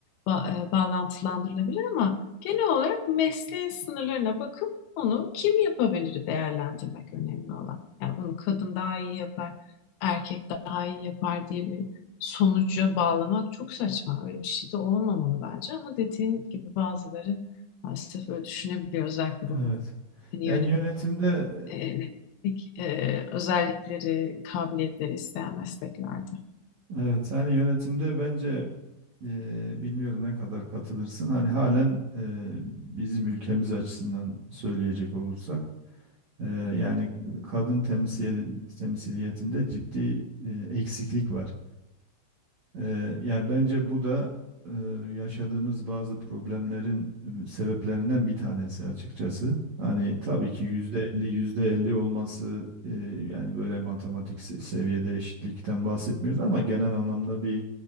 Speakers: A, on the left; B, on the right.
A: Ba- e, bağlantılandırılabilir ama genel olarak mesleğin sınırlarına bakıp onu kim yapabilir değerlendirmek önemli olan. Yani bunu kadın daha iyi yapar, erkek daha iyi yapar diye bir sonuca bağlamak çok saçma. Öyle bir şey de olmamalı bence ama dediğin gibi bazıları maalesef öyle düşünebiliyor. Özellikle bu
B: evet
A: hani
B: yani yönetimde
A: yöneticilik e, özellikleri, kabiliyetleri isteyen mesleklerde.
B: e, evet hani yönetimde bence e, bilmiyorum ne kadar katılırsın hani halen e, bizim ülkemiz açısından söyleyecek olursak e, yani kadın temsil temsiliyetinde ciddi e, eksiklik var. Eee, yani bence bu da eee, yaşadığımız bazı problemlerin e, sebeplerinden bir tanesi açıkçası. Hani tabii ki yüzde elli yüzde elli olması e, yani böyle matematik se- seviyede eşitlikten bahsetmiyoruz ama genel anlamda bir